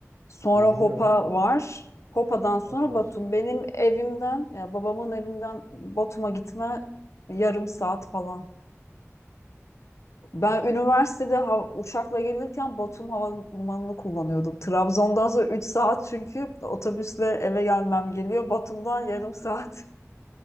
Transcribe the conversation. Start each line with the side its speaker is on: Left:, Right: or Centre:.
Left: Sonra
Right: Ha, biliyorum.
Left: Hopa var. Hopa'dan sonra
Right: Saat var.
Left: Batum. Benim evimden, ya babamın evinden Batum'a gitme yarım saat falan. Ben üniversitede ha- uçakla gelirken Batum Havalimanı'nı kullanıyordum. Trabzon'dan sonra 3 saat çünkü otobüsle eve gelmem geliyor. Batum'dan yarım saat <laughs>